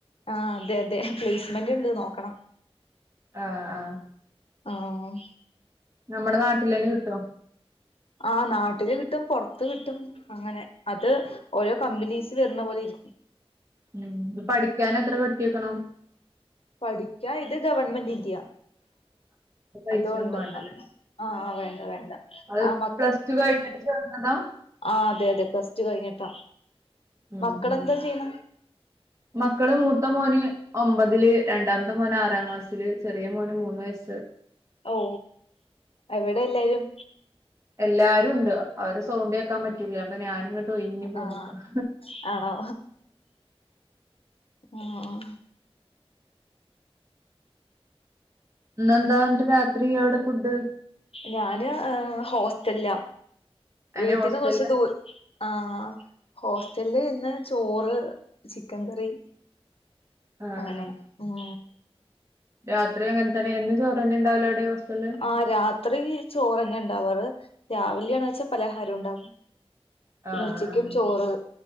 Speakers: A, on the left; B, on the right.
A: ആഹ് അതെ അതെ പ്ലേസ്മെന്റ് ഇണ്ട് നോക്കണം.
B: ആഹ് ആഹ്
A: ആഹ്
B: നമ്മടെ നാട്ടിലന്നെ കിട്ടോ?
A: ആ് നാട്ടില് കിട്ടും പുറത്ത് കിട്ടും. അങ്ങനെ അത് ഓരോ കമ്പനീസ് വരുന്ന പോലെ ഇരിക്കും.
B: ഉം ഇത് പഠിക്കാൻ എത്രകെട്ടി വെക്കണം.
A: പഠിക്കാൻ ഇത് ഗവൺമെന്റിന്റ് ഇല്ല
B: പൈസയൊന്നും
A: അതുകൊണ്ട്.
B: വേണ്ടല്ലേ
A: ആഹ വേണ്ട വേണ്ട.
B: അത്
A: ആഹ്
B: പ്ലസ് ടു കഴിഞ്ഞിട്ട് ചേർന്നതാ.
A: ആ അതെ അതെ പ്ലസ് ടു കഴിഞ്ഞിട്ടാ.
B: ഉ
A: മക്കളെന്താ
B: ഉ
A: ചെയ്യണെ
B: മക്കള് മൂത്തമോന്. ഒമ്പതില് രണ്ടാമത്തെ മോന് ആറാം ക്ലാസ്സില് ചെറിയ മോന് മൂന്ന് വയസ്സ്.
A: ഓ എവിടെ എല്ലാരും.
B: എല്ലാരും ഉണ്ട് അവര് സൗണ്ട് കേക്കാൻ പറ്റുല അപ്പൊ ഞാന് ഇങ്ങ ട്ട് ഓയിഞ്ഞു പോന്ന്‌ക്കാണ്.
A: ആഹ് ആണോ ആ ആ.
B: ഇന്നാന്താ എന്നിട്ട് രാത്രി അവിടെ ഫുഡ്.
A: ഞാന് ഹെ ഹോസ്റ്റലില
B: അങ്ങനെ
A: വീട്ടിന്ന്
B: ഹോസ്റ്റലില്
A: കുറച്ച് ദൂ ആഹ ഹോസ്റ്റലില് ഇന്ന് ചോറ് ചിക്കൻ കറി.
B: ആഹ്
A: അങ്ങനെ
B: ആഹ്
A: ഉം
B: രാത്രി അങ്ങൻതന്നെ എന്നും ചോറന്നെണ്ടാവല് അവിടെഹോസ്റ്റലില്.
A: ആ രാത്രി ചോറന്നെ ഉണ്ടാവാറ് രാവിലെയ ആണവെച്ചാ പലഹാരം ഉണ്ടാവും. പിന്നെ
B: ആഹ്
A: ഉച്ചക്കും ചോറ്